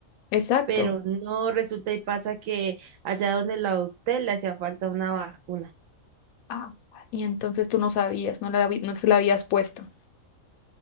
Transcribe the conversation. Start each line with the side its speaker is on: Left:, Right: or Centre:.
Left: Exacto.
Right: Pero no resulta y pasa que allá donde lo adopté le hacía falta una vacuna.
Left: Ah, y entonces tú no sabías, no la, habi- no se la habías puesto.